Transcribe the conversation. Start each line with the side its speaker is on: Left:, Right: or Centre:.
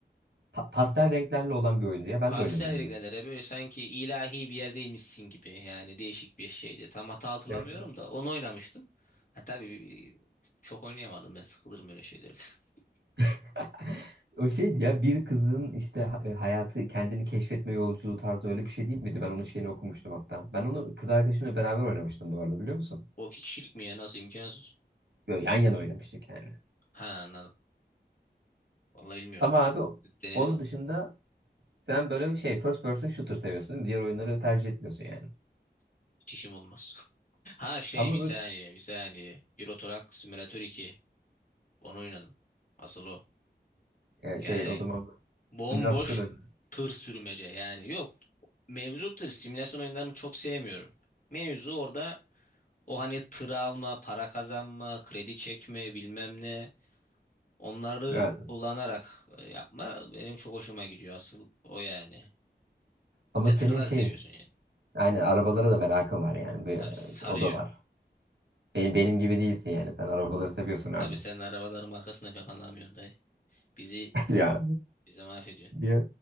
Right: Pa- pastel renklerle olan bir oyundu ya. Ben
Left: Hastaydı
Right: de oynadım onu.
Left: reklamları böyle sanki ilahi bir yerdeymişsin gibi yani değişik bir şeydi. Tam hata hatırlamıyorum
Right: Evet.
Left: da onu oynamıştım. Ha, tabii bir- çok oynayamadım ben sıkılırım öyle şeylerde. <laughs>
Right: <laughs> O şeydi ya bir kızın işte ha- e, hayatı kendini keşfetme yolculuğu tarzı öyle bir şey değil miydi? Ben onun şeyini okumuştum hatta. Ben onu kız arkadaşımla beraber oynamıştım bu arada biliyor musun?
Left: O iki kişilik mi ya nasıl imkansız?
Right: Böyle yan yana oynamıştık yani.
Left: Ha anladım. Vallahi bilmiyorum.
Right: Ama abi o-
Left: Denedim
Right: onun dışında sen böyle şey first person shooter seviyorsun değil mi? Diğer oyunları tercih etmiyorsun yani.
Left: çişim olmaz. <laughs> Ha şey
Right: Ama
Left: bir saniye
Right: böyle
Left: bir saniye. Euro Truck Simulator 2. Onu oynadım. Asıl o.
Right: e, şey
Left: Yani
Right: o zaman
Left: bomboş
Right: simülasyon oyunu.
Left: tır sürmece yani yok. Mevzu tır simülasyon oyunlarını çok sevmiyorum. Mevzu orada O hani tır alma, para kazanma, kredi çekme, bilmem ne. Onları
Right: Evet.
Left: kullanarak e, yapma benim çok hoşuma gidiyor. Asıl o yani.
Right: Ama
Left: Bir de tırlar
Right: senin şey
Left: seviyorsun yani.
Right: aynen arabalara da merakın var yani. Bir,
Left: Tabii
Right: e,
Left: sarıyor.
Right: o da var. Benim, benim gibi değilsin yani. Sen arabaları seviyorsun abi.
Left: Tabii sen
Right: <laughs>
Left: arabaların markasını pek anlamıyorsun dayı. Bizi
Right: Ya
Left: bize mahvediyorsun.
Right: niye?